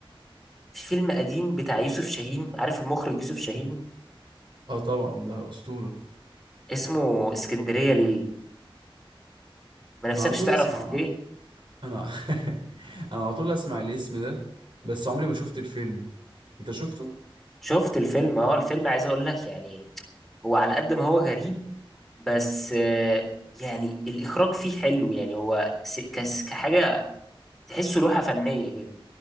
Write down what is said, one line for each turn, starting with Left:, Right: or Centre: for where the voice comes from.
Centre: في فيلم قديم بتاع يوسف شاهين عارف المخرج يوسف شاهين
Right: اه طبعا ده اسطوره
Centre: اسمه اسكندرية ليه ما نفسكش
Right: انا على طول
Centre: تعرف
Right: اسمع
Centre: ليه
Right: انا <laughs> انا على طول اسمع الاسم ده بس عمري ما شفت الفيلم انت شفته
Centre: شفت الفيلم اه الفيلم عايز اقول لك يعني هو على قد ما هو غريب بس آه، يعني الاخراج فيه حلو يعني هو س- كس- كحاجة تحسه لوحة فنية كده